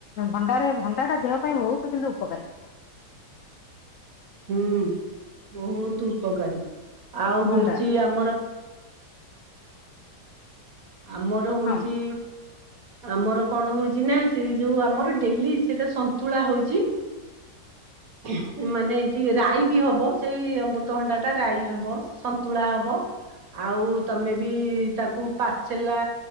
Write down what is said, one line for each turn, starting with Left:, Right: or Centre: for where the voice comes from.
Left: ଭଣ୍ଡାରେ ଭଣ୍ଡାଟା ଦେହ ପାଇଁ ବହୁତ୍ କିନ୍ତୁ ଉପକାରୀ।
Right: ହୁଁ ବହୁତ୍ ଉପକାରୀ, ଆଉ
Left: ଭଣ୍ଡା
Right: ହଉଚି ଆମର ଆମର ହଉଚି
Left: ହଁ
Right: ଆମର କଣ ହଉଚି ନା ସେ ଯୋଉ ଆମର ଡେଲି ସେଟା ସନ୍ତୁଳା ହଉଚି। ହଁ ମାନେ ଏଠି ରାଇ ବି ହବ ସେଇ ଅମୃତଭଣ୍ଡା ଟା ରାଇ ହବ ସନ୍ତୁଳା ହବ ଆଉ ତମେ ବି ତାକୁ ପା ଚେଲା